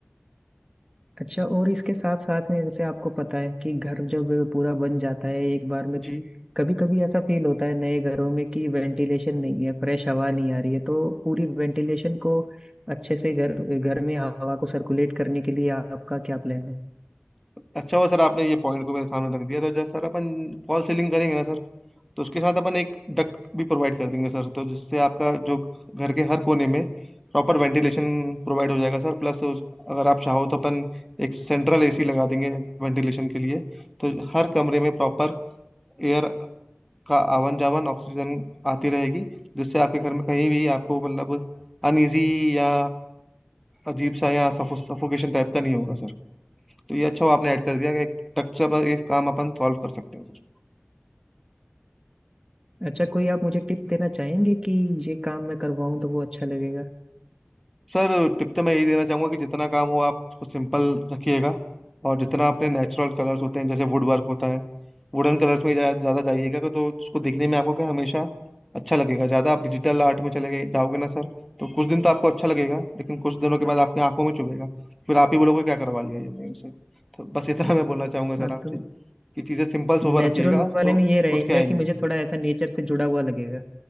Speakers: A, on the right; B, in the centre.
A: अच्छा और इसके साथ साथ में जैसे आपको पता है कि घर जब पूरा बन जाता है एक बार में
B: जी
A: कभी कभी ऐसा फील होता है नए घरों में कि वेंटिलेशन नहीं है फ्रेश हवा नहीं आ रही है तो पूरी वेंटिलेशन को अच्छे से घर घर में हवा को सर्कुलेट करने के लिए आपका क्या प्लान है
B: अच्छा हुआ सर आपने ये पॉइंट को मेरे सामने रख दिया तो जैसे सर अपन फॉल सीलिंग करेंगे ना सर तो उसके साथ अपन एक डक्ट भी प्रोवाइड कर देंगे सर तो जिससे आपका जो घर के हर कोने में प्रॉपर वेंटिलेशन प्रोवाइड हो जाएगा सर प्लस उस, अगर आप चाहो तो अपन एक सेंट्रल एसी लगा देंगे वेंटिलेशन के लिए तो हर कमरे में प्रॉपर एयर का आवन जावन ऑक्सीजन आती रहेगी जिससे आपके घर में कहीं भी आपको मतलब अनईजी या अजीब सा या सफोकेशन टाइप का नहीं होगा सर तो ये अच्छा हुआ आपने ऐड कर दिया कि एक टक से अपना ये काम अपन सॉल्व कर सकते हैं सर
A: अच्छा कोई आप मुझे टिप देना चाहेंगे कि ये काम मैं करवाऊं तो वो अच्छा लगेगा
B: सर टिप तो मैं यही देना चाहूंगा कि जितना काम हो आप उसको सिंपल रखिएगा और जितना अपने नेचुरल कलर्स होते हैं जैसे वुड वर्क होता है वुडन कलर्स में ज़्यादा ज़्यादा जाइएगा तो उसको दिखने में आपको क्या हमेशा अच्छा लगेगा ज़्यादा आप डिजिटल आर्ट में चले गए जाओगे ना सर तो कुछ दिन तो आपको अच्छा लगेगा लेकिन कुछ दिनों के बाद आपकी आंखों में चुभेगा फिर आप ही बोलोगे क्या करवा लिया ये मेरे से तो बस इतना मैं बोलना चाहूंगा सर
A: हाँ
B: आपसे
A: तो
B: कि चीज़ें सिंपल सोबर
A: नेचुरल
B: रखिएगा
A: वाले
B: तो
A: में ये रहेगा
B: उठ के आएंगी
A: कि मुझे थोड़ा ऐसा नेचर से जुड़ा हुआ लगेगा